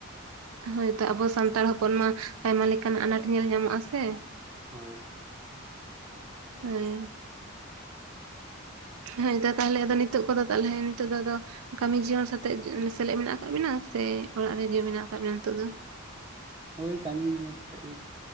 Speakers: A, on the right; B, on the right.
A: ᱦᱳᱭ ᱛᱚ ᱟᱵᱚ ᱥᱟᱱᱛᱟᱲ ᱦᱚᱯᱚᱱ ᱢᱟ ᱟᱭᱢᱟ ᱞᱮᱠᱟ ᱱᱟᱜ ᱟᱱᱟᱴ ᱧᱮᱞ ᱧᱟᱢᱚᱜ-ᱟ ᱥᱮ
B: ᱦᱳᱭ
A: ᱟᱹᱭ ᱦᱳᱭ ᱛᱟᱦᱚᱞᱮ ᱟᱫᱚ ᱱᱤᱛᱳ ᱠᱚᱫᱚ ᱛᱟᱦᱚᱞᱮ ᱱᱤᱛᱳᱜ ᱫᱚ ᱟᱫᱚ ᱠᱟᱹᱢᱤ ᱡᱤᱭᱚᱱ ᱥᱟᱛᱮᱜ ᱥᱮᱞᱮᱫ ᱢᱮᱱᱟᱜ ᱟᱠᱟᱫ ᱵᱤᱱᱟ ᱥᱮ ᱚᱲᱟᱜ ᱨᱮ ᱡᱮᱣ ᱢᱮᱱᱟᱜ ᱟᱠᱟᱫ ᱵᱤᱱᱟ ᱱᱤᱛᱚᱜ ᱫᱚ?
B: ᱦᱳᱭ ᱠᱟᱹᱢᱤ ᱟᱛᱮᱫ ᱜᱮ